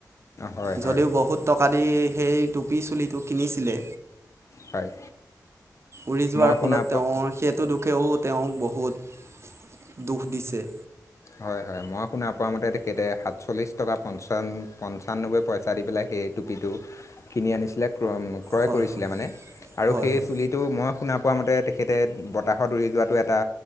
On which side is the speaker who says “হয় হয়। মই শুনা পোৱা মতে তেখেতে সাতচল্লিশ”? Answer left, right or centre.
Left